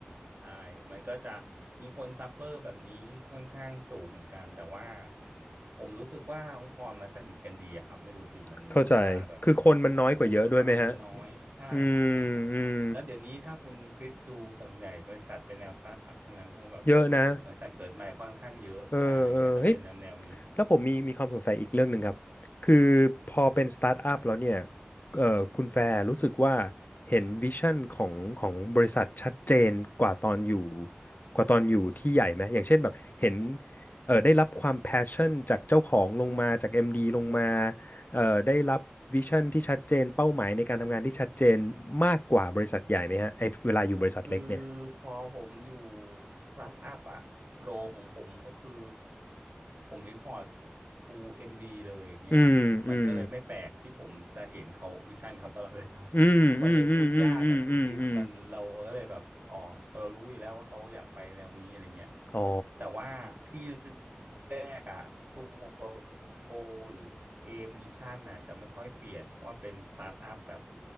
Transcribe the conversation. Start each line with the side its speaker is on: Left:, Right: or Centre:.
Right: ใช่มันก็จะมีคนซัฟเฟอร์แบบนี้ค่อนข้างสูงเหมือนกัน แต่ว่าผมรู้สึกว่าองค์กรมันสนิทกันดีอะครับ ไม่รู้สิ
Left: <laughs>
Right: มันรู้สึกว่าแบบ
Left: เข้าใจ คือคนมันน้อยกว่าเยอะด้วยไหมฮะ
Right: มันด้วยความมันน้อย ใช่ใช่
Left: อืมอืม
Right: แล้วเดี๋ยวนี้ถ้าคุณคริสดูส่วนใหญ่บริษัทเป็นแนวสตาร์ทอัพทั้งนั้นเพราะว่าแบบ
Left: เยอะนะ
Right: บริษัทเกิดใหม่ค่อนข้างเยอะ
Left: เออเออเฮ้ย
Right: ใช่ ก็จะเป็นแนวแนวนี้
Left: แล้วผมมีมีความสงสัยอีกเรื่องหนึ่งครับคือพอเป็นสตาร์ทอัพแล้วเนี่ยเออคุณแฟร์รู้สึกว่าเห็นวิชั่นของของบริษัทชัดเจนกว่าตอนอยู่กว่าตอนอยู่ที่ใหญ่ไหมอย่างเช่นแบบเห็นเออได้รับความแพชชั่นจากเจ้าของลงมาจาก MD ลงมาเออได้รับวิชั่นที่ชัดเจนเป้าหมายในการทำงานที่ชัดเจนมากกว่าบริษัทใหญ่ไหมฮะไอเวลาอยู่บริษัทเล็กเนี่ย
Right: คือพอผมอยู่สตาร์ทอัพอะโรของผมก็คือผมรีพอร์ต to เอ็มดีเลยอย่างเงี้ยครับมันก็เลยไม่แปลกที่ผมจะเห็นเขาวิชั่นเขาตลอดเวลา
Left: อืมอืม
Right: <laughs>
Left: อืมอืมอืมอืมอืมอืม
Right: มันเลยพูดยากอะคุณคริสมันเราก็เลยแบบอ๋อเรารู้อยู่แล้วว่าเขาอยากไปแนวนี้อะไรเงี้ย
Left: อ๋อ
Right: แต่ว่าที่แรกอะตัวโกหรือ เกมมิชชั่นน่ะจะไม่ค่อยเปลี่ยนเพราะว่าเป็นสตาร์ทอัพแบบ